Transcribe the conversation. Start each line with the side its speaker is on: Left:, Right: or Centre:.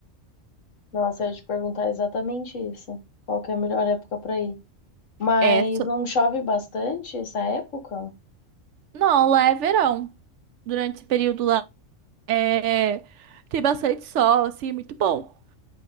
Left: Nossa, eu ia te perguntar exatamente isso. Qual que é a melhor época pra ir? Mas
Right: É,
Left: não chove bastante essa época?
Right: Não, lá é verão. Durante esse período lá é... tem bastante sol, assim, é muito bom.